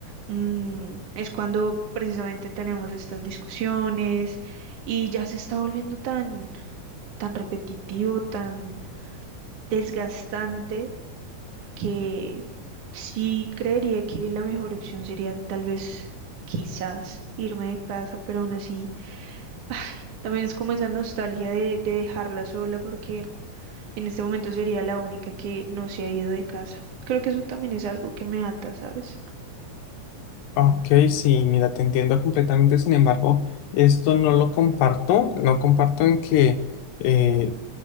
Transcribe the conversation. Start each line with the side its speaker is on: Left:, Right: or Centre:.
Right: mm, es cuando precisamente tenemos estas discusiones y ya se está volviendo tan, tan repetitivo, tan desgastante que sí creería que la mejor opción sería tal vez, quizás, irme de casa, pero aún así, <laughs> ay, también es como esa nostalgia de, de dejarla sola porque en este momento sería la única que no se ha ido de casa. Creo que eso también es algo que me ata, ¿sabes?
Left: Ok, sí, mira, te entiendo completamente, sin embargo, esto no lo comparto, no comparto en que... eh,